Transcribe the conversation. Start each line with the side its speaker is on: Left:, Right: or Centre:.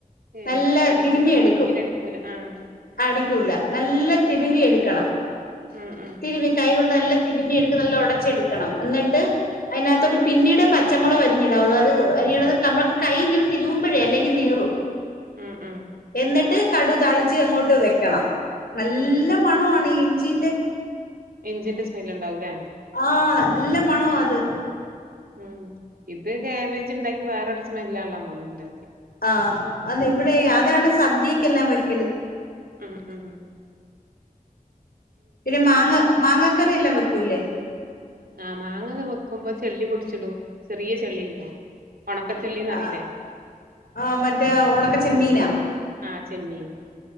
Right: ഏഹ്
Left: നല്ല
Right: അടിക്കൂല
Left: തിരുമി എടുക്കും
Right: മിക്സിൽ അടിക്കൂല ആഹ്
Left: അടിക്കൂല നല്ല തിരുമ്മിയെടുക്കണം
Right: ഉം ഉം
Left: തിരുമി കൈ കൊണ്ട് നല്ല തിരിമി എടുക്ക നല്ല ഉടച്ചെടുക്കണം. എന്നിട്ട് അതിനകത്തോട്ട് പിന്നീട് പച്ചമുളക് വരിഞ്ഞടാവും അത് അരി <inaudible> കൈ ഇങ്ങനെ തിരുവുമ്പോഴേ അല്ലെങ്കിൽ നീറും
Right: ഉം ഉം
Left: എന്നിട്ട് കടു താളിച്ച് അങ്ങോട്ട് വെക്കണം നല്ല
Right: ഉം
Left: മണവാണിയി ചീന്ത-
Right: ഇഞ്ചിന്റെ സ്മെൽ ഇണ്ടാവു ലേ.
Left: ആ നല്ല മണമാ അത്.
Right: ഉം ഇത് കാബേജ് ഇണ്ടാക്കി വേറെട സ്മെല്ലാണമ്മളുംണ്ടാ
Left: ആ ആ അതിവിടെ ഈ അതാണ് സദ്യയ് ക്കെല്ലാം വെക്കല്.
Right: ഹ്മ്മ് മ്മ്
Left: ഇനി മാങ്ങാ മാങ്ങാകറിയില്ല വെക് ക്കൂല്ലേ
Right: ആ മാങ്ങക് വെക്കുമ്പോ ചെല്ലി പുട്ച്ചിടും ചെറിയ ചെള്ളില്ലേ. ഉണക്കച്ചെള്ളിന്നറിയില്ലേ
Left: ആ ആ മറ്റേ ഉണക്ക ചെമ്മീനാ.
Right: ആ ചെമ്മീൻ